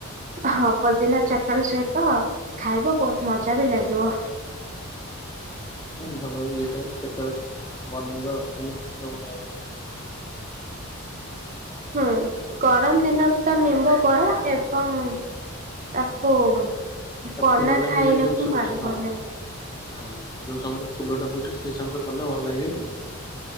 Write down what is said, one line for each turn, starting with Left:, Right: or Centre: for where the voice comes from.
Right: ହଁ ପଦିନା ଚଟଣି ସହିତ ଖାଇବ ବହୁତ ମଜା ବି ଲାଗିବ।
Left: ହୁଁ ଭଲ ଇଏଟା କେତେବେଳେ ବନେଇବା ଆଉ <unintelligible> ବନେଇବା।
Right: ହୁଁ
Left: ହୁଁ।
Right: ଗରମ ଦିନରେ ତ ନିମ୍ବ ବରା ଏବଂ ତାକୁ
Left: ତା
Right: ପନା
Left: ଫୁଲ ଟା
Right: ଖାଇବାକୁ
Left: ମିଳେ ଯୋଉ ସମୟରେ
Right: ମା <unintelligible>
Left: ହଁ ହୁଁ ଯଉ ସମୟରେ ଫୁଲ ଟା ଫୁଟେ ସେଇ ସମୟରେ ଗଲେ ଭଲ ଲାଗିବ ଆଉ।